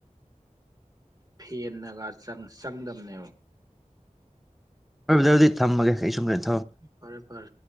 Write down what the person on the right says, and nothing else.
ꯐꯦꯟꯅꯒ ꯆꯪꯗꯝꯗꯝꯅꯦꯕ
ꯐꯔꯦ ꯐꯔ